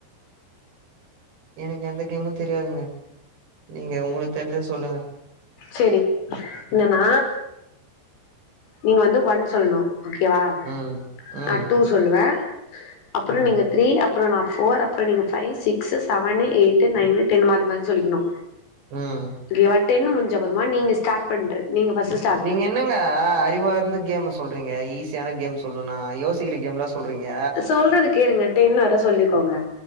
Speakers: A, on the right (about 60°); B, on the left (about 65°).
A: எனக்கு எந்த கேமும் தெரியாதுங்க நீங்க உங்களுக்கு தெரிஞ்சத சொல்லுங்க
B: சரி என்னன்னா நீங்க வந்து ஒன் சொல்லணு ஓகேவா
A: ம் ம்
B: நா டூ சொல்லுவே அப்பறோ
A: ம்
B: நீங்க த்ரீ அப் அப்றோ நா ஃபோர் அப்றோ நீங்க five six seven eight nine ten மாத்தி மாத்தி சொல்லிக்கணு
A: ம்
B: இங்கெயெவா டென் முடிஞ்சப்றமா நீங்க ஸ்டார்ட் பண்று நீங்க ஃபர்ஸுஸ்
A: நீங்க என்னங்க அறிவா இருந்து கேம் சொல்றீங்க ஈஸியான கேம் சொல்லுனா யோசிக்கிற கேம் எல்லா சொல்றீங்க
B: சொல்றத கேளுங்க டென் வர சொல்லிக்கோங்க